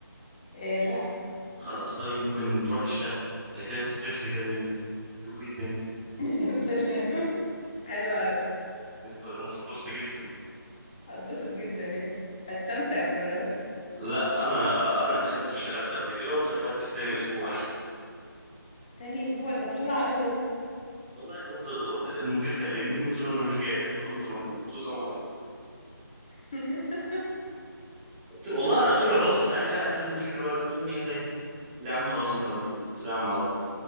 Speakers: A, on the left; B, in the centre.
A: إيه لا
B: خلاص طيب ممكن تروحي تشتغلي بعد كده تترفدي تاني يوم شوفي الدنيا
A: <laughs> يا سلام حلوة أوي
B: هت- هتتبسطي جدا
A: هتبسط جدا إيه. هستمتع بالرفض
B: لا انا انا دخلت اشتغلت قبل كده واترفدت في تاني اسبوع عادي
A: تاني اسبوع ده بسرعه قوي يا
B: والله رحت رحت المدير كلمني قلت له انا مش جاي قال لي طب انت مرفوض قلت له السلام عليكم
A: <laughs>
B: قلت والله انا قلت له عذر قال لي لا انت لازم تيجي دلوقتي قلت له مش عايز اجي قال لي يا عم خلاص انت مرفوض قلت له يا عم على الله